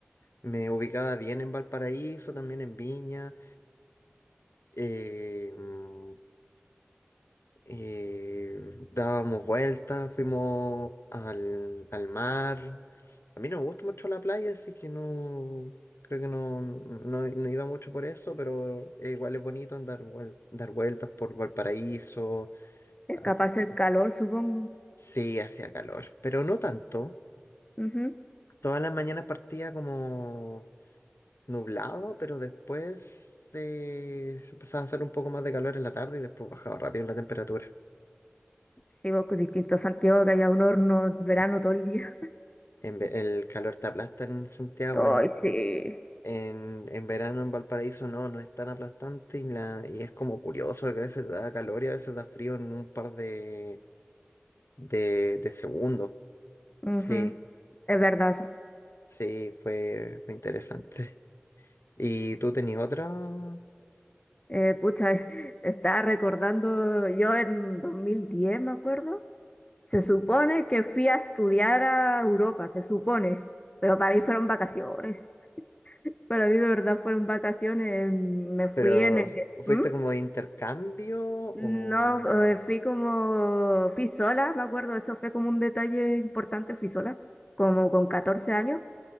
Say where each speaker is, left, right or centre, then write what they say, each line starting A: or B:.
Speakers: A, on the left (about 75°); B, on the left (about 25°).
A: me ubicaba bien en Valparaíso, también en Viña, eh, mm, eh, dábamos vueltas, fuimos al, al mar, A mí no me gusta mucho la playa, así que no, creo que no, no, no iba mucho por eso, pero eh, igual es bonito andar vuel- dar vueltas por Valparaíso,
B: Escaparse
A: a pesar de
B: el
A: que
B: calor, supongo.
A: sí hacía calor, pero no tanto.
B: Ujú.
A: Todas las mañanas partía como nublado, pero después eh, empezaba a hacer un poco más de calor en la tarde y después bajaba rápido la temperatura.
B: Sí, vos con distintos Santiago que haya un horno verano todo el día.
A: En ve- el calor te aplasta en Santiago,
B: <laughs> Ay, sí.
A: En, en verano en Valparaíso no, no es tan aplastante y, la, y es como curioso que a veces da calor y a veces da frío en un par de, de, de segundos.
B: Ujú.
A: Sí,
B: Es verdad eso.
A: sí, fue, fue interesante. <laughs> ¿Y tú tenías otra?
B: Eh, pucha, <laughs> eh, estaba recordando, yo en 2010, me acuerdo, se supone que fui a estudiar a Europa, se supone, pero para mí fueron vacaciones. Para mí de verdad fueron vacaciones. Me fui
A: ¿Pero
B: en el...
A: fuiste
B: ¿Mm?
A: como de intercambio o...?
B: No, eh, fui como, fui sola, me acuerdo, eso fue como un detalle importante, fui sola, como con 14 años,